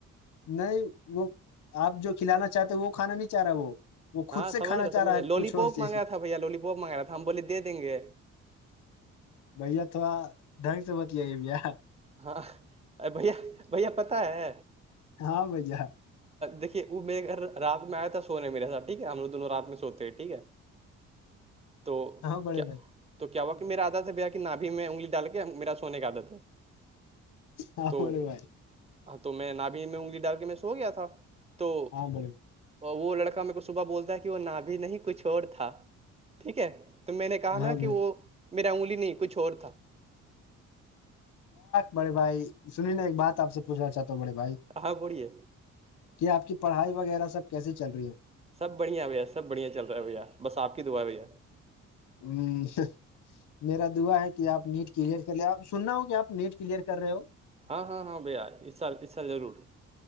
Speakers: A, on the left (about 75°); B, on the right (about 20°).
A: نہیں وہ آپ جو کھلانا چاہتے وہ کھانا نہیں چاہ رہا وہ وہ
B: ہاں
A: خود سے
B: سمجھامجھ
A: کھانا چاہ رہا ہے
B: لولی
A: کچھ اور
B: پوپ
A: چیز
B: مانگ رہا تھا بھیا لولیپوپ مانگ رہا تھا ہم بولےیں گے
A: بھیا تھوڑا ڈھنگ سے بتیائی بھیا
B: ہاں ا بھیا بھیا پتا ہے
A: ہاں بھائی جان
B: یکھیے وہ میرے گھر رات میں آیا تھا سونے میرے سھ ٹھیک ہے ہم لو دونوں رات میں سوتے ہیں ٹھیک ہے تو
A: ہاں بڑے
B: کیا
A: بھائی
B: تو کیا ہوا کہ میری عادت ہے بیا کہ نابھی میں انگلی ڈال کے میرا سونے کی عادت ہے
A: ہاں
B: تو
A: بڑھے بھائی
B: ہاں تو میں نابی میں ہوں گی ڈر کے میں سو گیا تھا تو
A: ہاں بڑے
B: وہ لڑکا میرے کو صبح بولتا ہے کہ وہ نا بھی نہیں کچھ اور تھا ٹھیک ہے تو میں نے کہا
A: ہاں
B: نا کہ
A: بڑے
B: وہ میرا انگلی نہیں کچھ اور تھا
A: بڑے بھائی سنی نا ایک بات آپ سے پوچھنا چاہتا ہوں بڑے بھائی
B: آ پڑیے
A: کہ آپ کی پڑھائی وغیرہ سب کیسی چل رہی ہے
B: سب بڑھیا بھیا سب بڑھیا چل رہا ہے بھیا بس آپ کی دعا بھیا
A: ہ میرا دعا ہے کہ آپ نیٹ کلیئر کر لے آپ سننا ہو کہ آپ نیٹ کلیئر کر رہے ہو
B: ہاں ہاں ہاں بھیا یہ سر اس سر ضرور